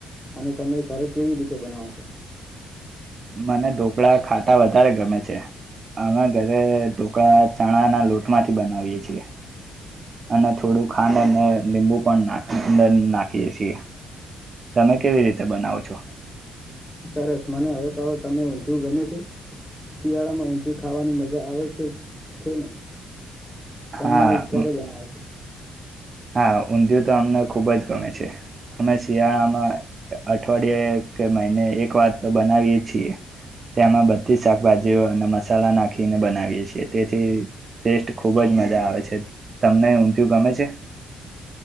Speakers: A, in the centre; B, on the right.
A: અને તમે ઘરે કેવી રીતે બનાવો છો?
B: મને ઢોકળા ખાટા વધારે ગમે છે અમે ઘરે ઢોકળા ચણાના લોટમાંથી બનાવીએ છીએ અને થોડું ખાંડ અને લીંબુ પણ નાખીએ છીએ તમે કેવી રીતે બનાવો છો?
A: સરસ મને હવે કહો તમે ઊંધિયું ગમે છે શિયાળામાં ઊંધિયું ખાવાની મજા આવે છે છે ને.
B: હા
A: તમે ક્યારે બનાવો છો?
B: હા ઊંધિય તો અમને ખૂબ જ ગમે છે અમે શિયાળામાં અઠવાડિયે કે મહિને એક વાર તો બનાવીએ છીએ તેમાં બધી જ શાકભાજીઓ અને મસાલા નાખીને બનાવીએ છીએ તેથી ટેસ્ટ ખૂબ જ મજા આવે છે તમને ઊંધિય ગમે છે.